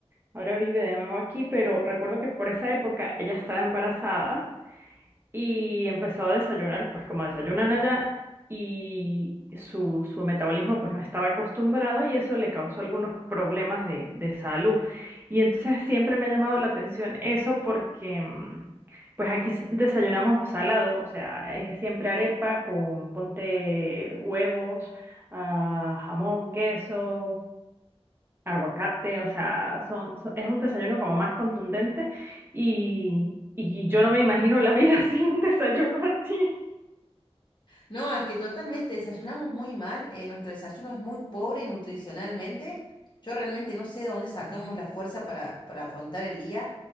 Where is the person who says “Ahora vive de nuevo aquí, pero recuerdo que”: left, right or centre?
Right